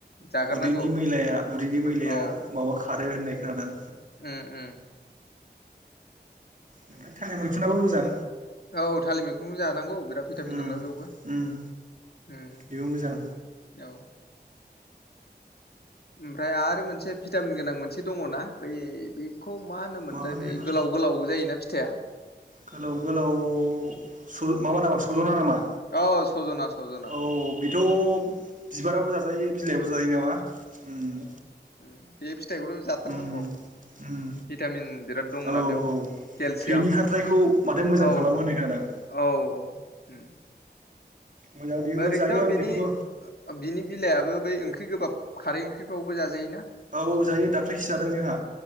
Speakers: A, on the left; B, on the right.
A: जागारनांगौ
B: उदैनि मैलाया उदैनि मैलाया
A: औ
B: माबा खार रो होननाय खोनादां।
A: उम उम
B: ओमफ्राय थालिर मैखुनाबो मोजां।
A: औ थालिर मैखुनखौ जानांगौ बिराद भिटामिन
B: उम
A: दंना बेयावबो
B: उम
A: उम
B: बेबो मोजां
A: औ। ओमफ्राय आरो मोनसे भिटामिन गोनां मोनसे दङ ना बै बेखौ मा होनोमोनथाय
B: मामोन
A: बै
B: बेबा
A: गोलाव गोलाव जायोना फिथाइया।
B: गोलाव गोलाव स' माबा नामा सज'ना नामा?
A: औ सजना सजना।
B: औ बेथ' बिबाराबो जाजायो बिलाइआबो जायो नामा उम।
A: उम बे फिथाइखौथ' जाथारनांगौ।
B: उम उम
A: भिटामिन बिराद दङना
B: औ
A: बेयाव
B: औ
A: केलसियाम
B: थैनि खारथायखौ माथो मोजां
A: औ
B: खालामो होननाय खोनादों आं
A: औ औ उम।
B: मोजां बेबो
A: ओरैनोथ'
B: जायो आं
A: बिनि
B: बेखौबो
A: बिनि बिलाइयाबो बै ओंख्रि गोबाब खारै ओंख्रिफ्रावबो जाजायो ना
B: औ जायो दाख्लैसो जादों जोंहा।